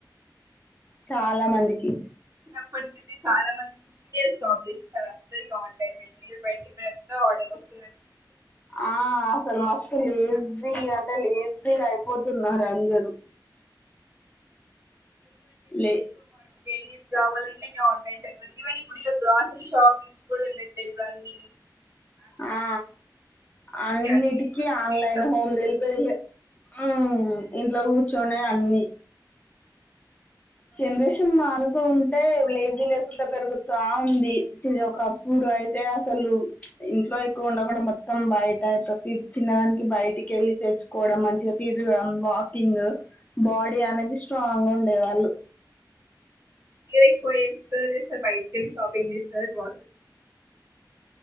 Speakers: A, on the left (about 20°); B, on the right (about 40°).
A: చాలా మందికి
B: ఇప్పటికి ఇది చాలా మందికి యర్ స్టాప్ చేసేసారు అందరికి ఆన్లైన్ డెలివరీ ట్వంటీ మినిట్స్ లో ఆర్డర్ వస్తుంది
A: ఆ అసలు మస్తు లేేజీ అంటే లేజీ జీగా అయిపోతున్నారు అందరు లే
B: కేరీస్ కావాలని ఆన్లైన్ అయిపోయింది ఈవెన్ ఇప్పుడు గ్రాసరీ షాపింగ్స్ కూడా వెళ్లట్లేదు ఇప్పుడు అన్నీ
A: ఆ అన్నిటికీ
B: అన్ని
A: ఆన్లైన్
B: ఇంట్లో కూర్చొని
A: హోమ్ డెలివరీయే హ్మ్ ఇంట్లో కూర్చొనే అన్ని జనరేషన్ మారుతూ ఉంటే లేజినెస్ కుడ పెరుగుతావుంది చిది ఒకప్పుడు అయితే అసలు ఇంట్లో ఎక్కువ ఉండకుండా మొత్తం బయట ప్రతి చిన్నదానికి బయటికెళ్లి తెచ్చుకోవడం మంచిగా తిరడం వాకింగ్ బాడీ అనేది స్ట్రాంగుండే వాళ్ళు
B: ఇవేకువ ఎమ్ కూర చేస్తారు బయట్కేల్లి షాపింగ్ చేస్తారు <unintelligible>